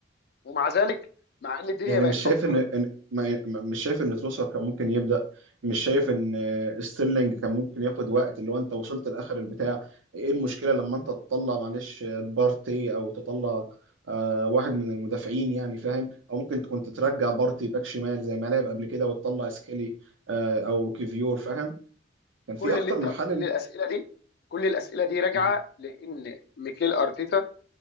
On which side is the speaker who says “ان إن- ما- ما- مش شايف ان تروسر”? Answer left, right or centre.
Right